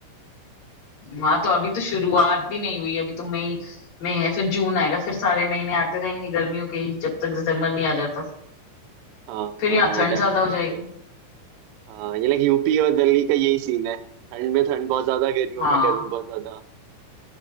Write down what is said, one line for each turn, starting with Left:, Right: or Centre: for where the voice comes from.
Left: वहां तो अभी तो शुरुआत भी नहीं हुई अभी तो मई में है फिर जून आएगा फिर सारे महीने आते रहेंगे गर्मियों के ही जब तक दिसंबर नहीं आ जाता
Right: हाँ
Left: फिर यहाँ ठंड
Right: डेफिनेटली
Left: ज्यादा हो जाएगी
Right: हाँ ये लाइक यूपी और दिल्ली का यही सीन है ठंड में ठंड बहुत ज्यादा गर्मियों
Left: हाँ
Right: में गर्मी बहुत ज्यादा